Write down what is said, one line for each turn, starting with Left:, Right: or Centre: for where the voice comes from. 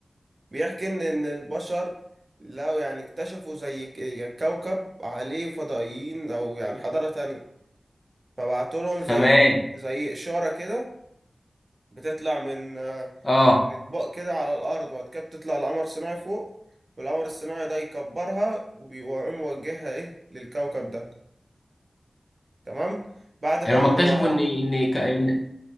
Right: بيحكي ان ان البشر لو يعني اكتشفوا زي ك- كوكب عليه فضائيين او يعني حضاره تانية فبعتوا لهم زي
Left: تمام
Right: زي اشاره كده بتطلع من آه،
Left: اه
Right: من اطباق كده على الارض وبعد كده بتطلع لقمر صناعي فوق والقمر الصناعي ده يكبرها وبي- ويقوم موجهها ايه للكوكب ده تمام بعد
Left: يعني
Right: بقى
Left: هم
Right: ما
Left: اكتشفوا
Right: هو-
Left: ان ان ك- ان